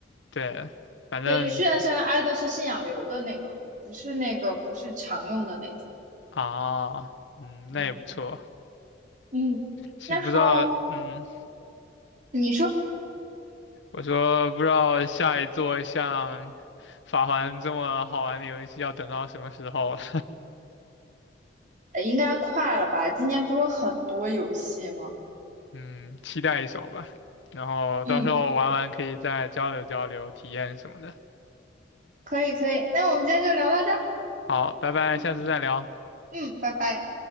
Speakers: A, on the left; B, on the right.
A: 对，反正
B: 对，就虽然山挨的是信仰流的那个，不是那个不是常用的那种。
A: <laughs> 啊，嗯，
B: 嗯
A: 那也不错。
B: 嗯，
A: 是不知道，
B: 那好，
A: 嗯。
B: 你说呃
A: 我说不知道下一座像《法环》这么好玩的游戏要等到什么时候了，
B: 应该快了吧？今年不是有很多游戏吗？
A: <laughs> 嗯，期待一手吧。然后到时候玩完可以再交流交流体验什么的。
B: 嗯可以可以，那我们今天就聊到这儿。
A: 好，拜拜，
B: 嗯
A: 下次再聊。
B: 嗯，拜拜。